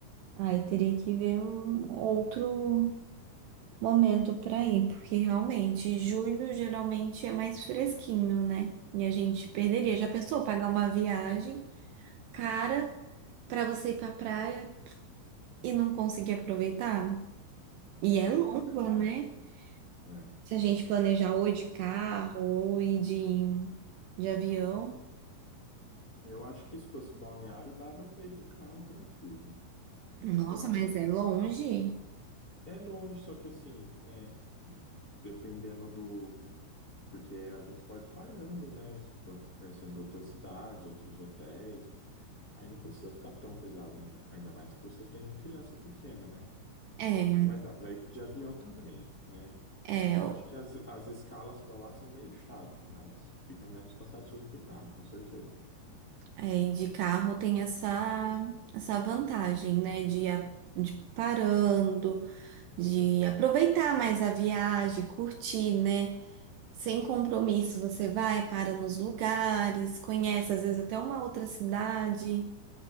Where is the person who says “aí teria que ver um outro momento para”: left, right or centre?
Right